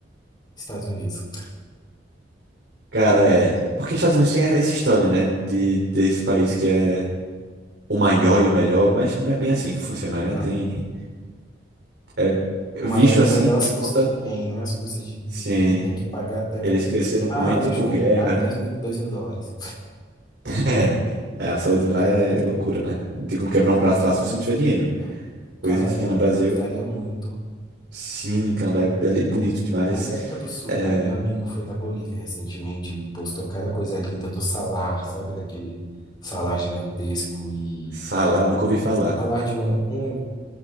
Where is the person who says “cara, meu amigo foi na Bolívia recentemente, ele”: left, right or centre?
Left